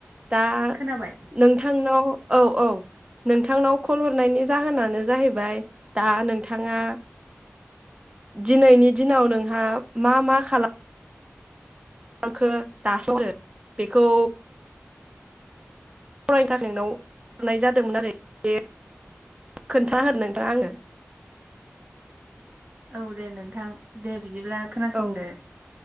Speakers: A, on the right; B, on the right.
A: दा
B: खोनाबाय
A: नोंथांनाव औ औ नोंथांनाव कल हरनायनि जाहोनानो जाहैबाय दा नोंथाङा दिनैनि दिनाव नोंहा मा मा खालाम लांखो दासिमबो बेखौ फरायनो थाखाय नोंनाव <unintelligible> जादोंमोन आरो <unintelligible> खोन्थागोन नोंथांङा आंनो
B: औ दे नोंथां दे बि दिब्ला खोनासंदो
A: औ